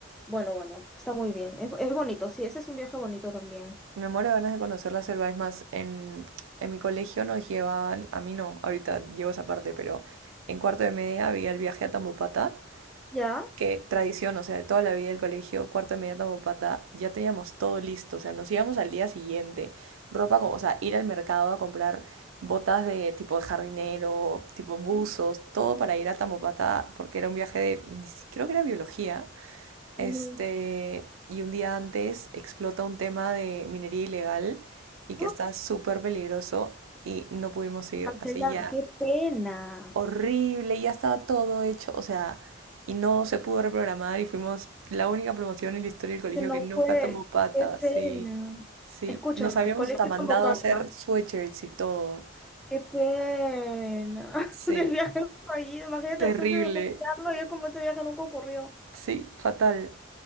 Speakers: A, in the centre; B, on the right.
A: Bueno, bueno, está muy bien. Es, es bonito, sí, ese es un viaje bonito también.
B: Me muero de ganas de conocer la selva. Es más, en, en mi colegio nos llevaban, a mí no, ahorita llevo esa parte, pero en cuarto de media había el viaje a Tambopata
A: ¿Ya?
B: que tradición, o sea, de toda la vida del colegio, cuarto de media tamopata, ya teníamos todo listo, o sea, nos íbamos al día siguiente, ropa como, o sea, ir al mercado a comprar botas de tipo jardinero, tipo buzos, todo para ir a Tamopata, porque era un viaje de, si- creo que era biología, este,
A: Mm,
B: y un día antes explota un tema de minería ilegal y que
A: ah,
B: está súper peligroso y no pudimos ir,
A: Cancelaron,
B: así ya
A: qué pena.
B: horrible, y ya estaba todo hecho, o sea, y no se pudo reprogramar y fuimos la única promoción en la historia del colegio
A: Que no
B: que no
A: fue,
B: fue a Tamopata,
A: qué
B: sí,
A: pena.
B: sí,
A: Escúchame,
B: nos habíamos
A: el colegio
B: hasta mandado
A: tampoco pasa.
B: a hacer sweatshirts y todo,
A: Qué pena.
B: sí,
A: <laughs> Del viaje fallido, imagínate
B: terrible,
A: el sueño de poder yo como este viaje nunca ocurrió.
B: sí, fatal,